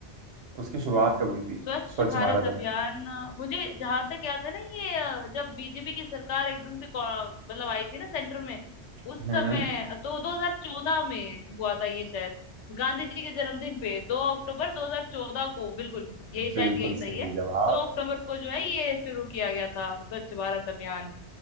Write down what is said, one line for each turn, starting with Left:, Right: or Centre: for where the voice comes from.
Right: उसकी शुरुआत कब हुई थी
Left: स्वच्छ
Right: स्वच्छ
Left: भारत
Right: भारत
Left: अभियान
Right: अभियान
Left: अ, मुझे जहां तक याद है ना ये अ, जब बीजेपी की सरकार एकदम से कौ- मतलब आई थी ना सेंटर में
Right: हम्म
Left: उस समय तो 2014 में हुआ था ये शायद गांधी जी के जन्मदिन पे 2 अक्टूबर 2014 को बिल्कुल यही शायद
Right: बिल्कुल
Left: यही सही
Right: सही
Left: है
Right: जवाब
Left: 2 अक्टूबर को जो है ये शुरू किया गया था स्वच्छ भारत अभियान